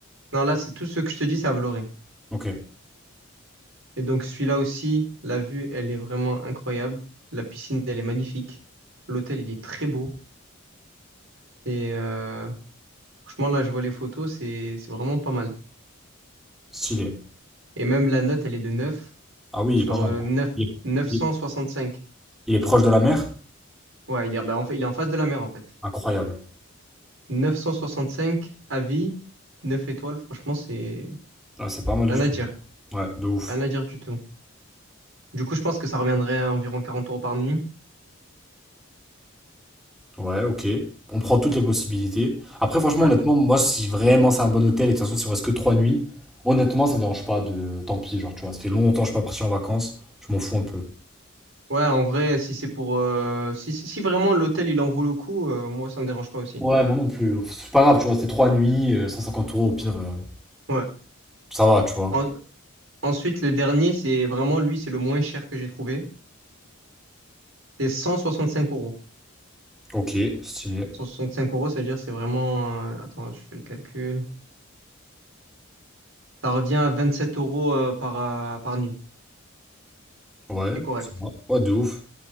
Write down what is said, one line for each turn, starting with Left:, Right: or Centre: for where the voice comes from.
Right: Non, là, c'est tout ce que je te dis, c'est à Vloré.
Centre: Ok,
Right: Et donc, celui-là aussi, la vue, elle est vraiment incroyable. La piscine, elle est magnifique. L'hôtel, il est très beau. Et euh, franchement, là, je vois les photos, c'est c'est vraiment pas mal.
Centre: stylé.
Right: Et même la note, elle est de 9
Centre: Ah oui,
Right: sur
Centre: il est pas mal.
Right: euh, 9,
Centre: Il est,
Right: 965.
Centre: il est- il est proche de la mer?
Right: Ouais, il est, bah, en fait, il est en face de la mer, en fait.
Centre: Incroyable.
Right: 965 avis, 9 étoiles, franchement, c'est
Centre: Ah, c'est pas mal
Right: Rien
Centre: du
Right: à
Centre: tout.
Right: dire.
Centre: Ouais, de ouf.
Right: Rien à dire du tout. Du coup, je pense que ça reviendrait à environ quarante euros par nuit.
Centre: Ouais, ok. On prend toutes les possibilités. Après, franchement,
Right: Ouais.
Centre: honnêtement, moi, si vraiment c'est un bon hôtel, et de toute façon, si on reste que trois nuits, honnêtement, ça me dérange pas de... Tant pis, genre, tu vois, ça fait longtemps que je suis pas parti en vacances, je m'en fous un peu.
Right: Ouais, en vrai, si c'est pour... euh, Si, si, si vraiment l'hôtel, il en vaut le coup, euh, moi, ça me dérange pas aussi.
Centre: Ouais, moi non plus. C'est pas grave, tu vois, c'est trois nuits, euh, 150 euros, au pire, euh,
Right: Ouais.
Centre: ça va, tu vois.
Right: En- Ensuite, le dernier, c'est vraiment, lui, c'est le moins cher que j'ai trouvé. C'est 165 euros.
Centre: Ok, stylé.
Right: 165 euros, ça veut dire c'est vraiment... euh, Attends, je fais le calcul. Ça revient à 27 euros euh, par, euh, par nuit.
Centre: Ouais,
Right: C'est correct.
Centre: ça va. Ouais, de ouf.